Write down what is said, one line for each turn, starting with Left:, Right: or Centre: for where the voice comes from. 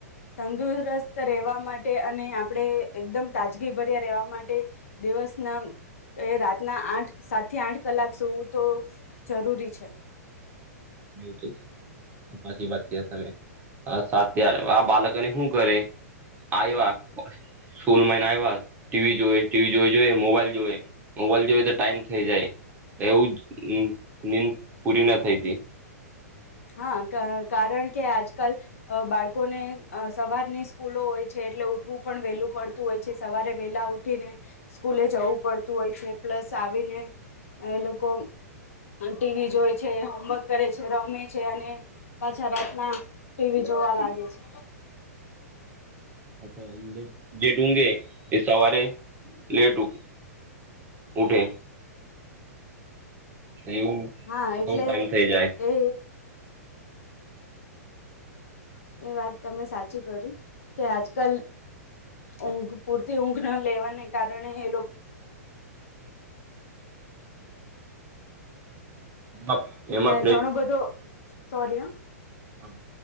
Left: તંદુરસ્ત ત રહેવા માટે અને આપણે એકદમ તાજગીભર્યા રહેવા માટે દિવસના એ રાતના આઠ સાતથી આઠ કલાક સુવું તો જરૂરી છે.
Right: હા એટલે જ. સાચી વાત કયે તમે. આ સાત્યા બાલકને હું કરે? આયવા સ્કૂલ માહીન આવ્યા, ટીવી જોએ, ટીવી જોઈ-જોઈ, મોબાઈલ જોવે, મોબાઈલ જોવે તો ટાઈમ થઈ જાય. એવું જ નીંદ પૂરી ના થઈ તી.
Left: હા ક કારણ કે આજકાલ અહ બાળકોને અહ સવારની સ્કૂલો હોય છે, એટલે ઉઠવું પણ વહેલું પડતું હોય છે. સવારે વેલા ઉઠીને સ્કૂલે જવું પડતું હોય છે. પ્લસ આવીને એ લોકો ટીવી જોય છે, હોમવર્ક કરે છે, રમે છે, અને પાછા રાતના ટીવી જોવા લાગે છે.
Right: અચ્છા <unintelligible> એ સવારે લેટ ઉઠ ઉઠે. એવું
Left: હા એટલે
Right: બઉ ટાઈમ થઇ જાય.
Left: એ એ વાત તમે સાચી કરી કે આજકાલ ઊંઘ પૂરતી ઊંઘ ના લેવાને કારણે એ લોક
Right: એમાં
Left: અને
Right: એમાં
Left: ઘણો બધો સોરી હહ
Right: હા.